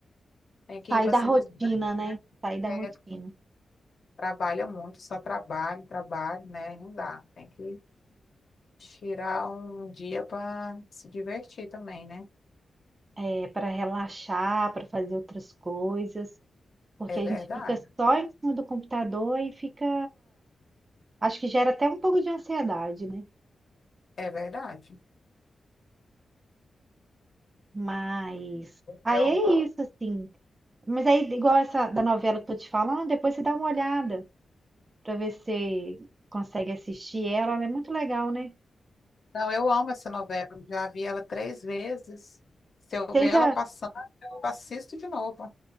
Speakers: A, on the left; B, on the right.
A: tem que
B: Sair
A: ir para
B: da
A: se
B: rotina,
A: distrair,
B: né?
A: né?
B: Sair da
A: É,
B: rotina.
A: trabalha muito, só trabalho, trabalho, né? Não dá. Tem que tirar um dia para se divertir também, né?
B: é para relaxar, para fazer outras coisas, porque
A: É
B: a gente
A: verdade.
B: fica só em cima do computador e fica. Acho que gera até um pouco de ansiedade, né?
A: É verdade.
B: Mas
A: O
B: aí
A: meu
B: é isso, assim. Mas aí, igual essa da novela que eu tô te falando, depois você dá uma olhada para ver se consegue assistir ela. Ela é muito legal, né?
A: Não, eu amo essa novela. Já vi ela três vezes. Se eu
B: Seja.
A: ver ela passando, eu assisto de novo.